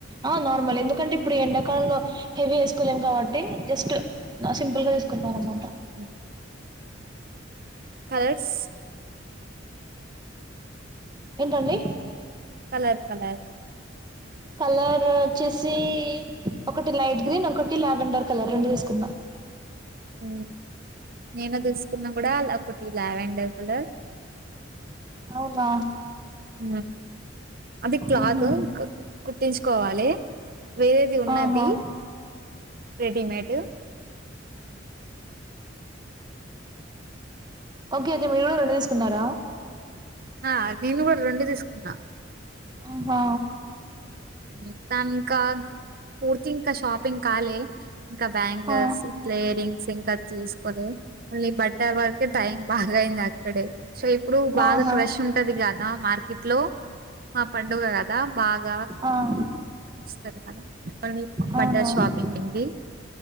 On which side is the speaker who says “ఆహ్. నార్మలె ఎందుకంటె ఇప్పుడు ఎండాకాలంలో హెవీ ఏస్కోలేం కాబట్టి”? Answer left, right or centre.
Right